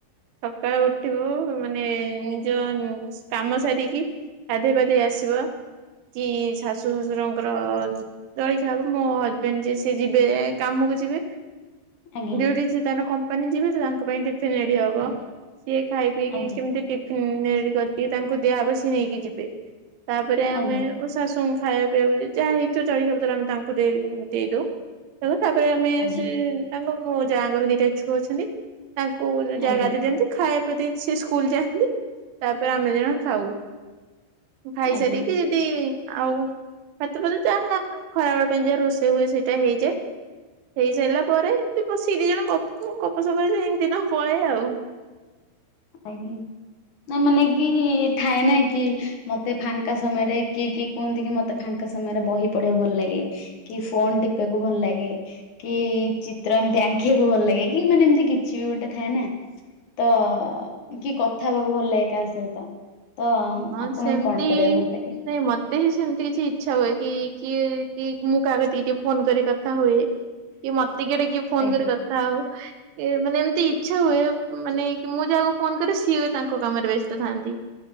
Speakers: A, on the right; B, on the left.
A: ସକାଳୁ ଉଠିବୁ ମାନେ ନିଜ କାମ ସାରିକି। ଗାଧେଇ ପାଧେଇ ଆସିବ। କି ଶାଶୁ ଶଶୁରଙ୍କର ଜଳଖିଆ ହବ ମୋ ହଜବେଣ୍ଡ ଯେ ସିଏ ଯିବେ କାମକୁ ଯି ବେ
B: ଆଜ୍ଞା
A: ଡ୍ୟୁଟି ସେ ତାଙ୍କର କମ୍ପାନୀ ଯିବେ ତାଙ୍କ ପାଇଁ ଟି ଫିନ ରେଡି ହବ
B: ଆଜ୍ଞା
A: ସେ ଖାଇ ପିଇକି
B: ଆଜ୍ଞା
A: କେମତି ଟିଫନ । ତିଆରି କରିକି ତାଙ୍କୁ ଦିଆହବ ସିଏ ନେଇକି ଯିବେ ତାପରେ ଆମେ।
B: ଆଜ୍ଞା
A: ଶାଶୁ ଙ୍କୁ ଖାଇଆ ପିଇଆ କୁ ଯାହା ହେଇଥିବ ଚାରି ବକ୍ତ ରେ ଆମେ ତାଙ୍କୁ ଦେଇ ଦେଇଦଉ ଆଉ । ତାପରେ ଆମେ
B: ଆଜ୍ଞା
A: ସେ ତାଙ୍କ ମୋ ଯା ଙ୍କର ଦିଟା ଝୁଅ ଅଛନ୍ତି। ତାଙ୍କୁ ଜା
B: ଆଜ୍ଞା
A: ଗାଧେଇ ଦିଅନ୍ତି ଖାଏ ତ ତି ସିଏ ସ୍କୁଲ ଯାନ୍ତି ତାପରେ ଆମେ ଦି ଜଣ ଖାଉ। ମୁ ଖାଇ
B: ଆଜ୍ଞା
A: ସାରିକି ଯଦି। ଆଉ ଭାତ ଫାତ ଯାହା ଆମର ଖରାବେଳ ପାଇଁ ଜାହା ରୋଷେଇ ହୁଏ ସେଇଟା ହେଇଯାଏ। ହେଇ ସାରିଲା ପରେ ଏମିତି ବସିକି ଦି ଜଣ ଗପୁ ଗପସପ ଏନ୍ତି। ଦିନ ପଳାଏ ଆଉ।
B: ଆଜ୍ଞା । ନା ମାନେ କି ଥାଏ ନା କି ମତେ ଫାଙ୍କା ସମୟରେ କିଏ କିଏ କୁହନ୍ତି କି ମତେ ଫାଙ୍କା। ଙ୍କା ସମୟରେ ବହି ପଢିବାକୁ ଭଲ ଲାଗେ କି ଫୋନ ଟିପିବାକୁ ଭଲ ଲାଗେ କି ଚିତ୍ର ଏମିତି । ଆଙ୍କିବାକୁ ଭଲ ଲାଗେ କି ମାନେ ଏମିତି କିଛି ବି ଗୋଟେ ଥାଏ ନା ତ। କି କଥା ହବାକୁ ଭଲ ଲାଗେ କାହା ସହିତ। ତ
A: ହଁ
B: ଆପଣଙ୍କୁ
A: ସେମିତି
B: କଣ କରିବାକୁ ଭଲ ଲାଗେ?
A: ନାଇ ମତେ ସେମତି କିଛି ଇଚ୍ଛା ହୁଏ କି। କିଏ କି ମୁଁ କାହା କତିକି ଟିକେ ଫୋନ କରି କଥା ହୁଏ। କି ମତେ କିଏ ଗୋଟେ କିଏ ଫୋନ
B: ଆଜ୍ଞା
A: କରି କଥା ହଉ। ମାନେ ଏମିତି ଇଚ୍ଛା ହୁଏ ମାନେ କି ମୁଁ ଯାହାକୁ ଫୋନ କରେ ସିଏ ତାଙ୍କ କାମରେ ବ୍ୟସ୍ତ ଥାନ୍ତି।